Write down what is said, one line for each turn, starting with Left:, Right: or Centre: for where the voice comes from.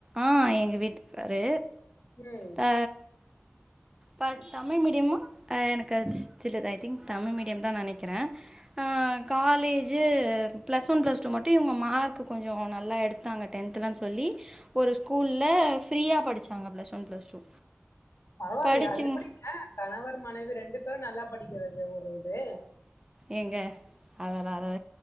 Right: ஆ எங்க வீட்டுக்காரு
Left: ம்
Right: ஆ பட் தமிழ் மீடியமும் எனக்கு அது தெருது ஐ திங்க் தமிழ் மீடியோ தான் நெனக்கிறே ஆ college plus one plus two மட்டும் இவங்க மார்க்கு கொஞ்சோ நல்லா எடுத் தாங்க டென்த்லன்னு சொல்லி ஒரு ஸ்கூல்ல ஃப்ரீயா படிச்சாங்க பிளஸ் ஒன் பிளஸ் டூ
Left: பரவாயில்லையே
Right: படிச்சு
Left: அது எப்பிடிங்க கணவர் மனைவி ரெண்டு பேரும் நல்லா படிக்கிறது ஒரு இது
Right: ஏங்க அதுல அது